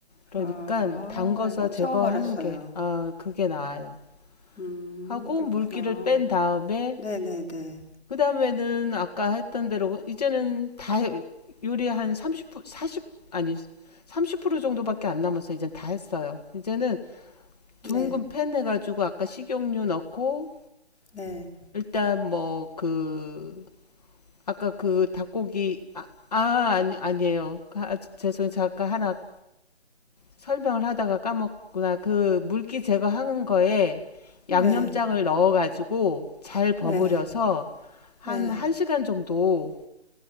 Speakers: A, on the left (about 35°); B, in the centre.
A: 그러니까
B: 아,
A: 담궈서
B: 이건
A: 제거하는
B: 처음 알았어요.
A: 게, 아, 그게 나아요.
B: 음,
A: 하고
B: 그렇구나.
A: 물기를 뺀 다음에
B: 네네네.
A: 그 다음에는 아까 했던 대로 이제는 다 요리 한 30, 40, 아니 30% 정도밖에 안 남았어요. 이젠 다 했어요. 이제는 둥근
B: 네,
A: 팬 해가지고 아까 식용유 넣고
B: 네,
A: 일단 뭐 그 아까 그 닭고기 아, 아 아니 아니에요. 아, 죄송해요. 잠깐 하나 설명을 하다가 까먹구나. 그 물기 제거하는 거에
B: 네,
A: 양념장을 넣어가지고 잘 버무려서
B: 네,
A: 한
B: 네,
A: 1시간 정도